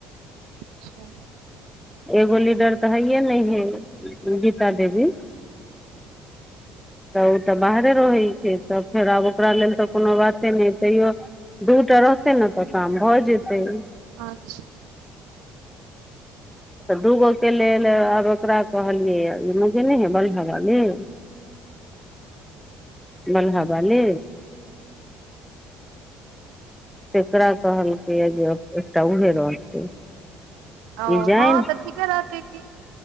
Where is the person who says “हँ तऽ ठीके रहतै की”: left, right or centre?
Right